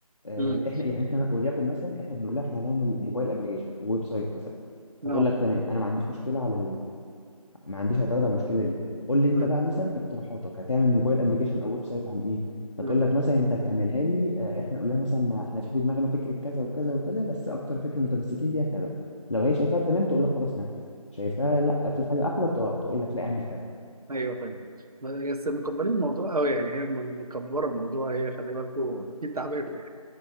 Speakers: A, on the left; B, on the right.
A: آه،
B: امم
A: احنا يعني احنا وليكن مثلا احنا بنقول لها احنا هنعمل موبايل ابلكيشن ويب سايت مثلا
B: لا
A: هتقول لك تمام انا ما عنديش مشكله على ما عنديش اعتراض على المشكله دي قول لي انت
B: امم
A: بقى مثلا اقتراحاتك هتعمل موبايل ابلكيشن او ويب سايت عن ايه فتقول
B: امم
A: لك مثلا انت هتعملها لي آه، احنا نقول لها مثلا احنا في في دماغنا فكره كذا وكذا وكذا بس اكتر فكره متمسكين بيها كذا لو هي شايفاها تمام تقول لك خلاص نفذ شايفاها لا في حاجه احلى تق- تقول لك لا اعمل كذا
B: ايوه فاهم بس مكبرين الموضوع قوي يعني هي م- مكبره الموضوع هي خلي بالكم اكيد تعبانه